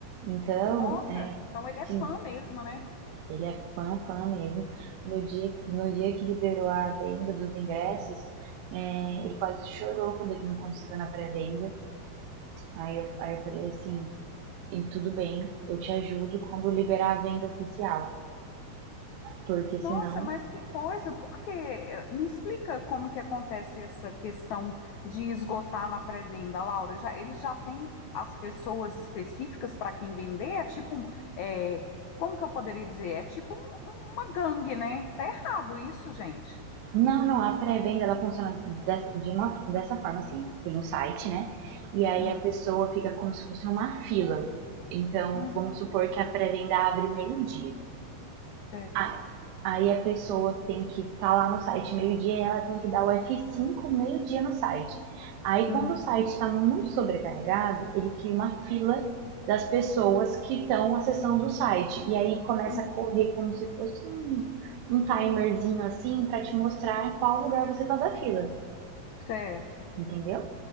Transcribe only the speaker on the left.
Nossa,
então ele é
fã mesmo, né?
Nossa, mas que coisa! Por quê? Me explica como que acontece essa questão de esgotar na pré-venda, Laura. Já, ele já têm as pessoas específicas para quem vender? É tipo, um- é, como que eu poderia dizer? É tipo uma gangue, né? Tá errado isso, gente.
Hum,
hum,
certo.
Uhum,
hum,
certo.